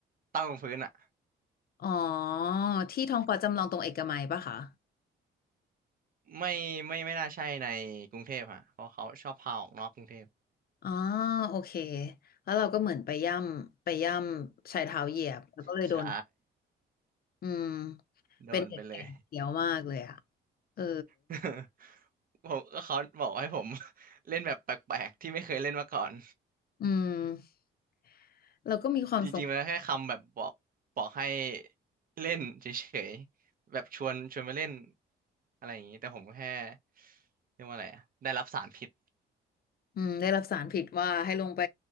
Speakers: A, on the right; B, on the left.
A: ตั้งบนพื้นอ่ะ
B: อ๋อที่ท้องฟ้าจำลองตรงเอกมัยปะคะ
A: ไม่ไม่ไม่น่าใช่ในกรุงเทพฮะเพราะเขาชอบพาออกนอกกรุงเทพ
B: อ๋อโอเคแล้วเราก็เหมือนไปย่ำไปย่ำใชายเท้าเหยียบแล้วก็เลยโดน
A: ใช่
B: อืม
A: โดนไปเลย
B: เป็นเด็กแก่เกียวมากเลยอ่ะเออ
A: <laughs> ผมก็เขาบอกให้ผม <laughs> เล่นแบบแปลกๆที่ไม่เคยเล่นมาก่อน
B: อืม เราก็มีความสง
A: จริงๆมันแค่คำแบบบอกบอกให้เล่นเฉยๆแบบชวนชวนมาเล่นอะไรอย่างนี้แต่ผมแค่เรียกว่าอะไรอะได้รับสารพิษ
B: อืมได้รับสารผิดว่าให้ลงไป